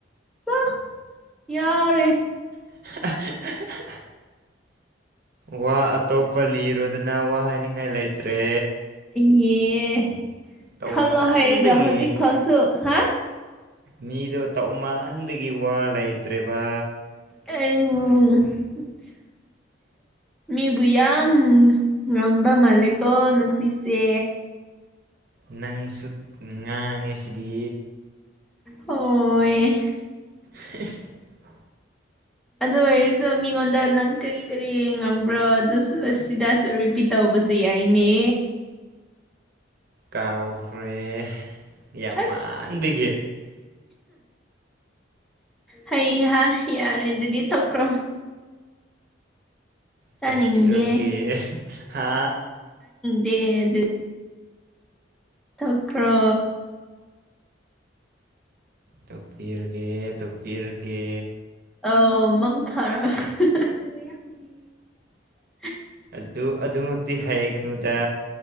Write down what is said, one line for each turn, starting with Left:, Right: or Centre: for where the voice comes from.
Centre: ꯑ ꯌꯥꯔꯦ
Right: <unintelligible> ꯋꯥ ꯑꯇꯣꯞꯄ ꯂꯤꯔꯣꯗꯅ ꯋꯥ ꯍꯥꯏꯅꯤꯡꯉꯥꯏ ꯂꯩꯇ꯭ꯔꯦ
Centre: ꯑꯦ
Right: ꯇꯧꯃꯟꯕꯒꯤ
Centre: ꯈꯜꯂꯣ ꯍꯥꯏꯔꯒ ꯍꯧꯖꯤꯛ ꯐꯥꯎꯁꯨ ꯍꯥ
Right: ꯃꯤꯗꯣ ꯇꯧ ꯃꯥꯟꯕꯒꯤ ꯋꯥ ꯂꯩꯇ꯭ꯔꯦꯕ
Centre: <unintelligible> ꯃꯤꯕꯨ ꯌꯥꯝ ꯉꯪꯕ ꯃꯥꯜꯂꯦꯀꯣ ꯅꯨꯄꯤꯁꯦ
Right: ꯅꯪꯁꯨ ꯉꯥꯡꯉꯦ ꯁꯤꯗꯤ
Centre: ꯍꯣꯢ
Right: <unintelligible>
Centre: ꯑꯗꯨ ꯑꯣꯏꯔꯁꯨ ꯃꯤꯉꯣꯟꯗ ꯅꯪ ꯀꯔꯤ ꯀꯔꯤ ꯉꯥꯡꯕ꯭ꯔꯣ ꯑꯗꯨꯁꯨ ꯑꯁꯤꯗꯁꯨ ꯔꯤꯄꯤꯠ ꯇꯧꯕ ꯕꯁꯨ ꯌꯥꯏꯅꯦ
Right: ꯀꯥꯎꯈ꯭ꯔꯦ ꯌꯥꯝ
Centre: ꯑꯁ
Right: ꯃꯥꯟꯕꯒꯤ
Centre: ꯍꯩ ꯍꯥ ꯌꯥꯔꯦ ꯑꯗꯨꯗꯤ ꯇꯣꯛꯈ꯭ꯔꯣ ꯇꯥꯅꯤꯡꯗꯦ
Right: ꯇꯣꯛꯄꯤꯔꯒꯦ ꯍꯥ
Centre: <unintelligible> ꯇꯣꯛꯈ꯭ꯔꯣ
Right: ꯇꯣꯛꯄꯤꯔꯒꯦ ꯇꯣꯛꯄꯤꯔꯒꯦ
Centre: ꯑꯥꯎ ꯃꯪ ꯐꯔꯣ <unintelligible>
Right: ꯑꯗꯨ ꯑꯗꯨꯃꯛꯇꯤ ꯍꯩꯒꯅꯨꯗ